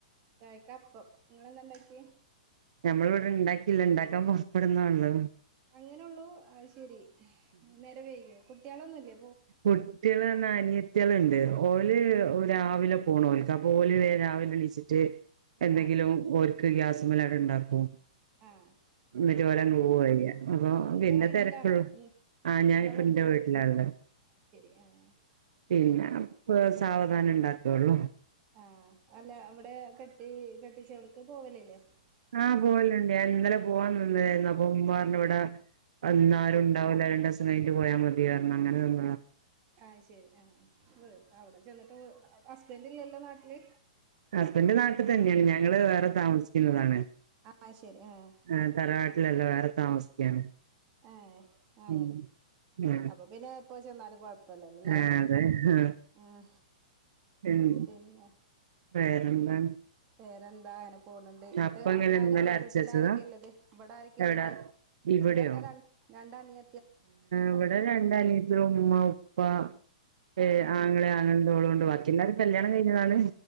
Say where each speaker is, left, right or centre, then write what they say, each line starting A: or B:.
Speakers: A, on the right; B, on the right.
A: ചായക്കപ്പം ഇങ്ങളെന്താണ്ടാക്കിയെ
B: ഞമ്മള് ഇവിടെ ഇണ്ടാക്കില്ല ഇണ്ടാക്കാൻ പുറപ്പെടുന്നൊള്ളൂ
A: അങ്ങിനെ ഉള്ളൂ ആയ്ശരി- നേരം വൈകിയോ കുട്ടികളൊന്നുംല്ലേ
B: കുട്ടികള <unintelligible> ട്ടികുളുണ്ട് ഓല് രാവിലെ പോണ് ഓല്ക്ക് ഓല് രാവിലെ എണിച്ചിട്ട് എന്തെങ്കിലും
A: ആഹ്
B: ഓൽക്ക് ഗ്യാസ് നിങ്ങൾ ഏറെ ഇണ്ടാക്കും
A: ആഹ്
B: ഇത്പോലെ നൂവ് വയ്യ അപ്പൊ
A: ആ ഇങ്ങളെ
B: പിന്നെ
A: വീട്ടിലാണോ
B: തിരക്കുള്ളൂ
A: ഉം
B: ആ
A: ഇങ്ങളെ
B: ഞാനിപ്പ
A: വീട്ടിൽ
B: എന്റെ വീട്ടിലാള്ളേ
A: ആഹ് ശരി ആഹ്
B: പിന്നെ
A: ആഹ്
B: അക്ബസ്- സാവധാനം ഉണ്ടാക്കുവള്ളു
A: ആ അല്ല അവിടെ കെട്ടി കെട്ടിച്ചോടക്ക് പോവലില്ലേ
B: ആഹ് പോവലുണ്ട് ഞാൻ ഇന്നലെ പോവാൻ നിന്നായിരുന്നു അപ്പ ഉമ്മപറഞ്ഞു ഇവിടെ അന്നാരുമുണ്ടാവില്ല
A: ആഹ്
B: രണ്ടിസം കഴിഞ്ഞിട്ട് പോയാ മതിയറഞ്ഞു അങ്ങനെനിന്നതാ
A: ആയ്ശരി ആ വ് അവിടെ ചെന്നിട്ട് ഹസ്ബൻഡറ് ഇല്ലല്ലോ നാട്ടില്
B: ഹസ്ബന്റ് നാട്ടിൽ തന്നെയാണ് ഞങ്ങള് വേറെ താമസിക്കുന്നതാണ്.
A: ആഹ് ശരി ആഹ്
B: ആ തറവാട്ടിലല്ല വേറെ ടെ താമസിക്കാണ്
A: ആ ആ
B: ഉം ആഹ്
A: അപ്പൊ പിന്നെ പ്പചെന്നാലും കൊഴ് പ്പല്ല ല്ലേ
B: ആഹ് അതെ ആഹ്
A: ഉം
B: ഉം
A: പിന്നെ
B: വേറെന്താണ്
A: പേറെന്ത <unintelligible> പോണ്ണ്ട് എന്നിട്ട്
B: അപ്പം എങ്ങനെ
A: അവിടെ
B: ഇന്നലെ
A: ആരൊക്കെ
B: അരച്ച്
A: വീട്ടില്
B: വെച്ചതാ
A: ആരൊക്കെ ഉള്ളത് ഇവിടെ ആാരൊക്കെ
B: എവിടാ
A: ഉള്ളത്
B: ഇവിടെയോ
A: ഇവിടെ <unintelligible> രണ്ടാ നിയ
B: ഇവിടെ രണ്ടഅനിയത്തി ഉമ്മ ഉ പ ഏ
A: ആഹ്
B: ആങ്ങളെ ആങ്ങളന്റോളുംണ്ട് ബാക്കിള്ളോര് കല്യാണം കഴിഞ്ഞതാണ്